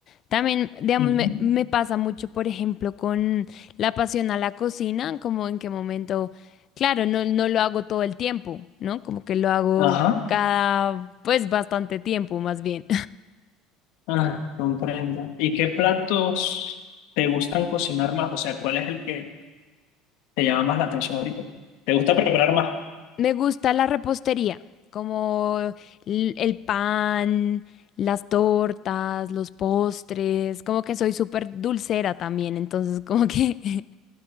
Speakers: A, on the left (about 45°); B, on the left (about 75°).
A: También, digamos,
B: Ujú.
A: me, me pasa mucho, por ejemplo, con la pasión a la cocina, como en qué momento, claro, no, no lo hago todo el tiempo, ¿no? Como que lo hago
B: Ajá,
A: cada, pues, bastante tiempo, más bien.
B: ah, comprendo. ¿Y qué platos te gustan cocinar más? O sea, ¿cuál es el que te llama más la atención ahorita? ¿Te gusta preparar más?
A: Me gusta la repostería, como l- el pan, las tortas, los postres, como que soy súper dulcera también, entonces como que